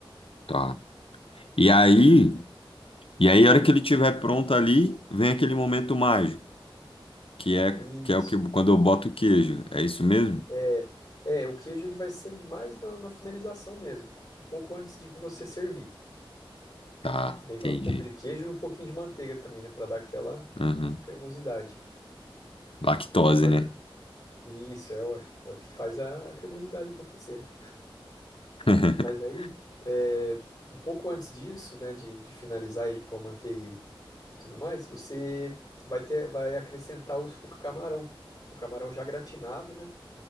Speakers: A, on the left; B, on the left.
A: tá. E aí. E aí, a hora que ele estiver pronto ali, vem aquele momento mágico, que é
B: Isso.
A: que é o que quando eu boto o queijo. É isso mesmo?
B: É, é, o queijo ele vai ser mais na, na finalização mesmo, um pouco antes de você servir.
A: Tá,
B: Que daí vai
A: entendi.
B: um pouco de queijo e um pouquinho de manteiga também, né? para dar aquela
A: Uhum.
B: cremosidade.
A: Lactose,
B: E, mas
A: né?
B: Isso é o, é o que faz a, a cremosidade acontecer. né?
A: <laughs>
B: Mas aí, é, um pouco antes disso, né, de, de finalizar ele com a manteiga e, e tudo mais, você vai ter, vai acrescentar o, o camarão. O camarão já gratinado, né,